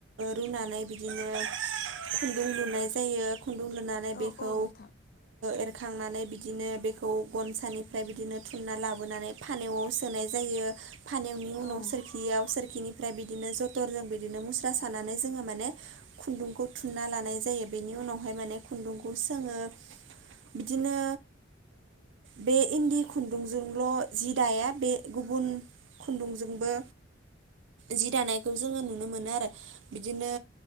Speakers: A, on the right (about 80°); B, on the left (about 55°).
A: दुंनानै बिदिनो खुन्दुं लुनाय जायो खुन्दुं लुनानै
B: औ
A: बेखौ
B: औ नोंथां
A: एरखांनानै बिदिनो बेखौ गनसानिफ्राय बिदिनो थुमना लाबोनानै फानवआव सोनाय जायो जायो फानानि उनाव
B: औ
A: सोरखियाव बिनिफ्राय बिदिनो जथरजों बिदिनो मुस्रा सानानै जोङो माने खुन्दुंखौ थुनना लानाय जायो बेनि उनावहाय माने खुन्दुंखौसो सोङो बिदिनो बे इन्दि खुन्दुंजोंल' जि दाया बे गुबुन खुन्दुंजोंबो जि दानायखौ जोङो नुनो मोनो आरो बिदिनो